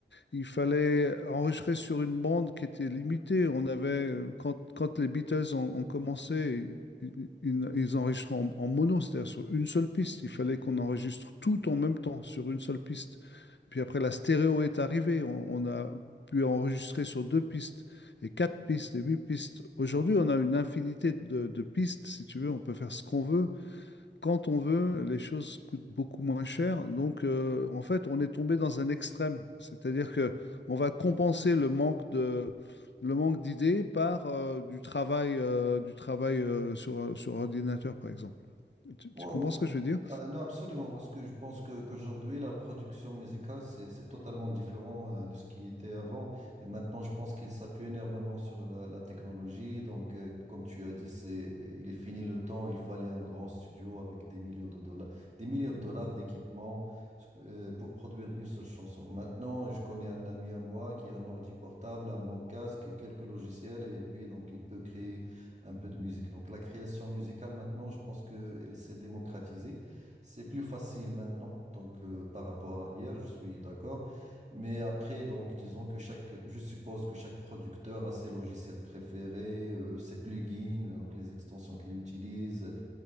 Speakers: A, on the left (about 80°); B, on the right (about 40°).
A: il fallait enregistrer sur une bande qui était limitée. On avait, quand, quand les Beatles ont, ont commencé, ils, ils- ils enregistraient en, en mono, c'est-à-dire sur une seule piste. Il fallait qu'on enregistre tout en même temps sur une seule piste. Puis après, la stéréo est arrivée. On, on a pu enregistrer sur deux pistes et quatre pistes et huit pistes. Aujourd'hui, on a une infinité de, de pistes, si tu veux. On peut faire ce qu'on veut quand on veut, les choses coûtent beaucoup moins cher. Donc, euh, en fait, on est tombé dans un extrême. C'est-à-dire que on va compenser le manque de, le manque d'idées par euh, du travail, euh, du travail euh, sur, euh, sur ordinateur, par exemple. Tu, tu
B: Oui,
A: comprends ce
B: oui.
A: que je veux dire?
B: Ah, non, absolument, parce que je pense que qu'aujourd'hui, la production musicale, c'est, c'est totalement différent euh, de ce qui était avant. Et maintenant, je pense qu'il s'appuie énormément sur la, la technologie. Donc, euh, comme tu as dit, c'est, il est fini le temps, il fallait un grand studio avec des millions de dollars, des milliards de dollars d'équipement euh, pour produire une seule chanson. Maintenant, je connais un ami à moi qui a un ordi portable, un bon casque, quelques logiciels, et puis donc, il peut créer un peu de musique. Donc la création musicale maintenant, je pense qu'elle s'est démocratisée. C'est plus facile maintenant, donc euh, par rapport à hier, je suis d'accord. Mais après, donc disons que chaque, je suppose que chaque producteur a ses logiciels préférés, euh, ses plugins, euh, donc les extensions qu'il utilise,